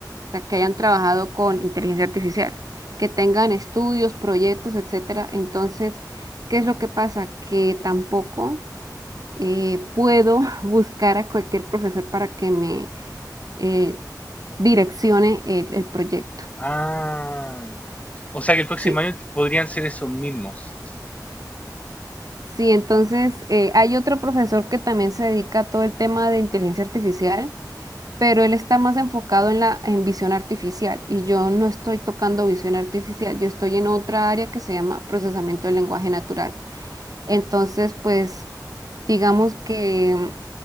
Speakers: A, on the right; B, on the left.
A: sea, que hayan trabajado con inteligencia artificial, que tengan estudios, proyectos, etcétera. Entonces, ¿qué es lo que pasa? Que tampoco eh, puedo <laughs> buscar a cualquier profesor para que me eh, direccione el, el proyecto.
B: Ah. O sea que el próximo
A: Sí.
B: año podrían ser esos mismos.
A: Sí, entonces eh, hay otro profesor que también se dedica a todo el tema de inteligencia artificial pero él está más enfocado en la en visión artificial y yo no estoy tocando visión artificial, yo estoy en otra área que se llama procesamiento del lenguaje natural. Entonces, pues digamos que